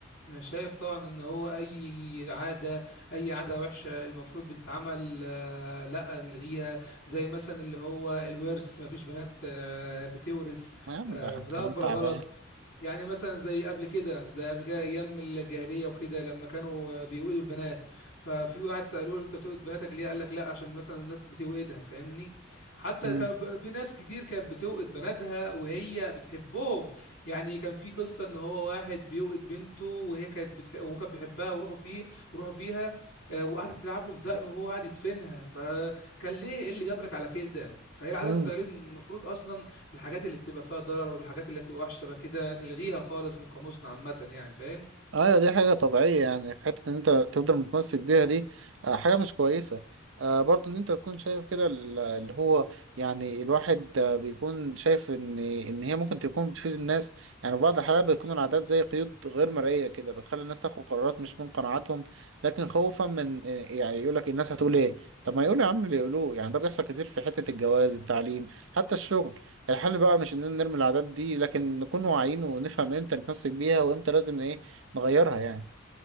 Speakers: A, on the left (about 70°); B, on the right (about 65°).
A: انا شايف طبعا ان هو اي عاده اي عاده وحشه المفروض بتتعمل آه، لا نلغيها زي مثلا اللي هو الورث ما فيش بنات آه، بتورث
B: يا عم
A: آه،
B: ده
A: فده
B: كلام
A: اكبر
B: تعبان
A: غلط يعني مثلا زي قبل كده زي قبل كده ايام الجاهليه وكده لما كانوا بيوئدوا البنات ففي واحد سالوه انت بتوئد بناتك ليه قال لك لا عشان مثلا الناس بتوئدها فاهمني حتى
B: مم.
A: كان ب- في ناس كتير كانت بتوئد بناتها وهي بتحبهم يعني كان في قصه ان هو واحد بيوئد بنته وهي كانت بتح... وهو كان بيحبها وروحوا فيه وروحوا فيها آه، وقعدت تلعب له في دقنه وهو قاعد يدفنها فكان ليه ايه اللي جبرك على كده فهي العادات
B: مم.
A: والتقاليد المفروض اصلا الحاجات اللي بتبقى فيها ضرر والحاجات اللي بتبقى وحشه بقى كده نلغيها خالص من قاموسنا عامه يعني فاهم
B: ايوه دي حاجة طبيعية يعني حتة ان انت تفضل متمسك بيها دي آه، حاجة مش كويسة آه، برضو ان انت تكون شايف كده ال- اللي هو يعني الواحد آه، بيكون شايف ان ان هي ممكن تكون بتفيد الناس يعني في بعض الحالات بتكون العادات زي قيود غير مرئية كده بتخلي الناس تاخد قرارات مش من قناعاتهم لكن خوفا من آه، يعني يقول لك الناس هتقول ايه طب ما يقول يا عم اللي يقولوه يعني ده بيحصل كتير في حتة الجواز التعليم حتى الشغل الحل بقى مش اننا نرمي العادات دي لكن نكون واعيين ونفهم امتى نتمسك بيها وامتى لازم ايه نغيرها يعني